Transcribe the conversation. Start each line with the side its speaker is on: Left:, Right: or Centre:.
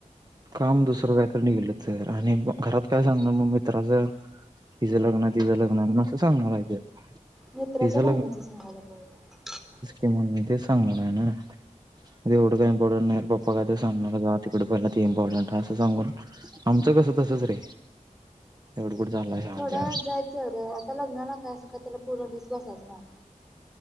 Right: काम दुसरं काहीत नि गेलं तर आणि घरात काय सांगणार मग मित्राचं तिझं लग्न तिझं लग्न म्हणून असं सांगणार आहे.
Centre: मित्राच्या
Right: तिचं
Centre: बहिण्याच सांगायला पाहिजे.
Right: म्हण ते सांगणार आहे ना एवढं काही इम्पॉर्टंट नाही पप्पा काय सांगणार जा तीकडे पहिला इम्पॉर्टंट असं सांगून आमचं कसं तसच रे कुठं चाललाय सांग
Centre: थोडं वेळ जायचं अ रे आता लग्नाला काय असं का त्याला पूर्ण दिस बसायचं नाही.